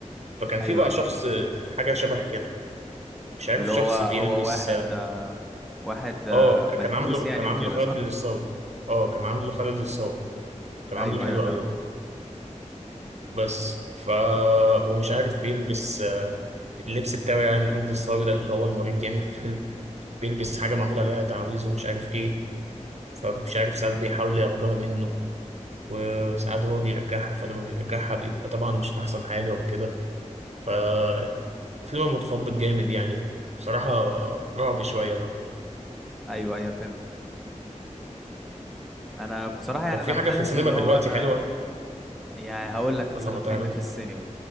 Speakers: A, on the right; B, in the centre.
A: فكان
B: ايوه
A: في بقى
B: ايوه
A: شخص آه، حاجه شبه كده مش عارف
B: اللي هو
A: شخص
B: هو
A: بيلبس
B: واحد
A: اه
B: آه، واحد آه،
A: آه، ك-
B: ملبوس
A: كان عامله
B: يعني
A: كان عامله
B: وكده
A: خالد
B: صح
A: الصاوي اه كان عامله خالد الصاوي كان
B: ايوه
A: عامله حلو
B: ايوه تمام
A: قوي برضه بس ف ومش عارف بيلبس آه، اللبس بتاعه يعني خالد الصاوي ده اللي هو المريض يعني في الفيلم بيلبس حاجة معمول عليها تعويذ ومش عارف ايه فمش عارف ساعات بيحاول ياخدوها منه وساعات هو بيرجعها فلما بيرجعها بيبقى طبعا مش أحسن حاجة وكده ففيلم متخبط جامد يعني بصراحة رعب شوية برضه
B: ايوه ايوه فهمت انا بصراحة يعني
A: طب في
B: انا
A: حاجة
B: حاسس
A: في السينما
B: اللي
A: دلوقتي
B: هو انا
A: حلوة
B: يعني هقول لك
A: ولا
B: مثلا
A: ما تعرفش
B: فيلم في السينما